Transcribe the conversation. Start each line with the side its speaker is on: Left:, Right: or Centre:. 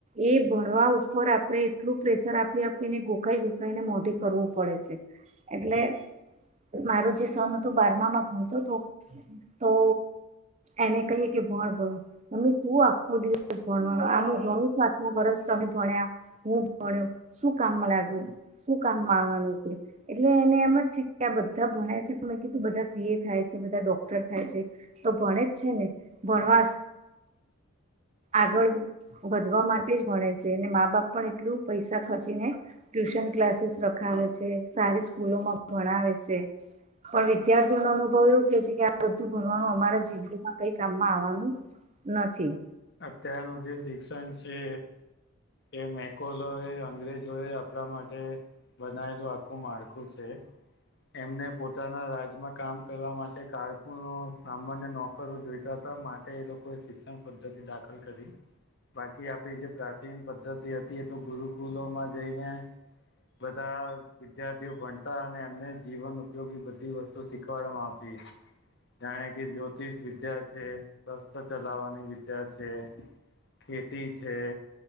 Right: એ ભણવા ઉપર આપડણે એટલું પ્રેશર આપી આપીને ગોખાઈ ગોખાઈને મોઢે કરવું પડે છે એટલે મારો જે સન હતોું બારમામાં ભણતો હતો તો એને કહીએ કે ભણ ભણો મમ્મી તું આખો દિવસ ભણવાનો આમું ઘણોથમ બર તમે ભણ્યા હું ભણ્યો શું કામમાં લાગ્યું શું કામમાં આવવાનું હત એટલે એને એમ જ છે કે આ બધા ભણાય છે પણ મેં કીધું બધા સીએ થાય છે બધા ડોક્ટર થાય છે તો ભણે જ છે ને ભણવા આગળ વધવા માટે જ ભણે છે અને મા બાપ પણ એટલું પૈસા ખર્ચીને ટ્યુશન ક્લાસીસ રખાય આવે છે સારી સ્કૂલો માં ભણાવે છે પણ વિદ્યાર્થીઓો અનુભવ એવું કે છે કે આ બધું ભણવાનું અરા જીંદગીમાં કઈ કામમાં આવવાનું નથી
Left: અત્યારનું જે શિક્ષણ છે એ મેકોલય અંગ્રેજો એ આપણા માટે બનાયેલું આખું માળખું છે એમને પોતાના રાજમાં કામ કરવા માટે કારકુનો સામાન્ય નોકરો જોઈતા માટે એ લોકોએ શિક્ષણ પદ્ધતિ દાખલ કરી બાકી આપડી જે પ્રાચીન પદ્ધતિ હતી એ તો ગુરુકુલોમાં જઈને બધા વિદ્યાર્થીઓ ભણતા અને એમને જીવન ઉપયોગી બધી વસ્તુ શીખવાડવામાં આવતી જાણે કે જ્યોતિષ વિદ્યા છે સસ્થ ચલાવાની વિદ્યા છે ખેતી છે